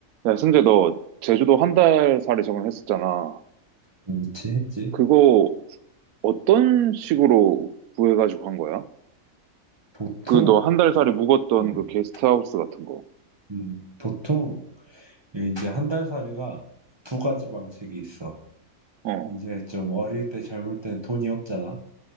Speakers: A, on the right (about 90°); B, on the right (about 25°).
A: 야, 승재, 너 제주도 한 달 살이 적응했었잖아.
B: 그렇지 했지.
A: 그거 어떤 식으로 구해가지고 한 거야?
B: 보통,
A: 그 너 한 달 살이 묵었던
B: 음,
A: 그 게스트하우스 같은 거.
B: 음, 보통 이 이제 한 달 살이가 두 가지 방식이 있어.
A: 어,
B: 이제 좀 어릴 때 젊을 때 돈이 없잖아.